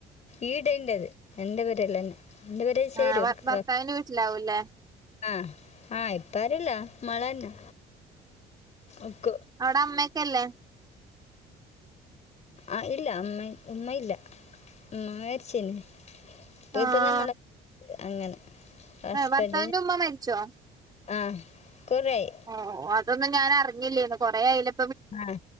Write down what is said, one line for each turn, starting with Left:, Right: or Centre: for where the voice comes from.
Left: ഈടെൻ്റെത് എന്റെ പെരേല്ലന്നെ എന്റെ പെരേ ചേരുവവര്ക്
Right: ആഹ് ഭർത്താവിന്റെ വീട്ടിലാവൂല്ലേ
Left: ആഹ് ആഹ് ഇപ്പാരുല്ല മ്മള് തന്നെ ഒക്ക്.
Right: അവിടെ അമ്മയൊക്കല്ലേ?
Left: ആഹ് ഇല്ല അമ്മ ഉമ്മ ഇല്ല ഉമ്മ മരിച്ചേന്. ഇപ്പൊ
Right: ആഹ്
Left: ഇപ്പൊ നമ്മടെ അങ്ങനെ ഹസ്ബന്റ്
Right: ഏഹ് ഭർത്താവിന്റെ ഉമ്മ മരിച്ചോ
Left: ആഹ് കൊറേയി
Right: ഓ അതൊന്നും ഞാനറിഞ്ഞില്ലേന്ന് കൊറേയായിലെ
Left: ആഹ്